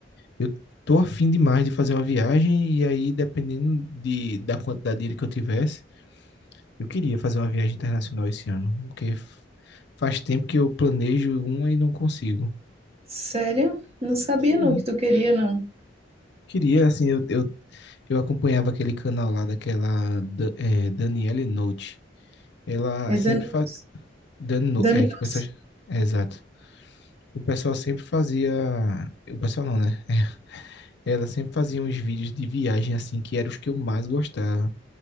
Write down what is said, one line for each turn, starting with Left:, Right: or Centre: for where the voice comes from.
Left: Eu tô afim demais de fazer uma viagem e aí, dependendo de, da quantidade de dinheiro que eu tivesse, eu queria fazer uma viagem internacional esse ano, porque f- faz tempo que eu planejo uma e não consigo.
Right: Sério? Não sabia
Left: Sim,
Right: não que tu queria, não.
Left: queria, assim, eu, eu, eu acompanhava aquele canal lá daquela da- é, Daniele Note. Ela
Right: É
Left: sempre
Right: Dani
Left: faz...
Right: Nossi.
Left: Dan, No-
Right: Dani
Left: é, que
Right: Nossi.
Left: pessoas... é, exato. o pessoal sempre fazia. O pessoal não, né? <laughs> Ela sempre fazia uns vídeos de viagem assim, que eram os que eu mais gostava.